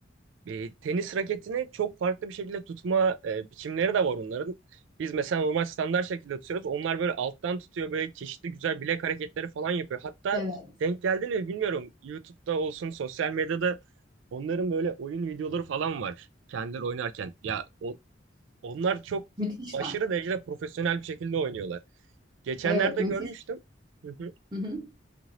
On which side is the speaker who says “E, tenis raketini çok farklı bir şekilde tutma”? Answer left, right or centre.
Right